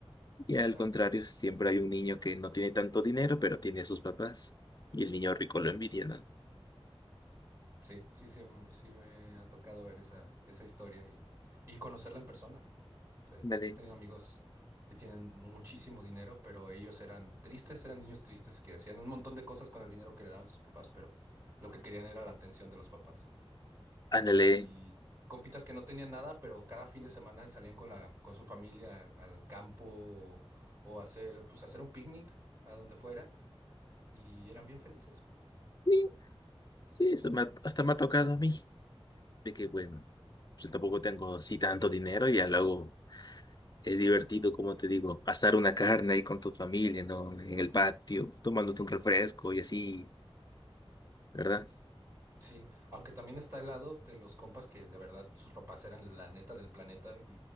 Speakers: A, on the left; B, on the right.
A: Y al
B: Claro.
A: contrario, siempre hay un niño que no tiene tanto dinero, pero tiene a sus papás. Y el niño rico lo envidia, ¿no?
B: Sí, sí, sí, m- sí me ha tocado ver esa, esa historia y, y conocerla en persona. ¿no? Te-
A: Ándale,
B: He tenido amigos que tienen muchísimo dinero, pero ellos eran tristes, eran niños tristes que hacían un montón de cosas con el dinero que le daban sus papás, pero lo que querían era la atención de los papás.
A: ándale.
B: Y compitas que no tenían nada, pero cada fin de semana salían con la, con su familia al, al campo o, o hacer, pues hacer un picnic a donde fuera y eran bien felices.
A: Sí, sí, eso me ha- hasta me ha tocado a mí. De que, bueno, yo tampoco tengo así tanto dinero y ya luego es divertido, como te digo, asar una carne ahí con tu familia, ¿no? En el patio, tomándote un refresco y así, ¿verdad?
B: Sí, aunque también está el lado de los compas que de verdad sus papás eran la neta del planeta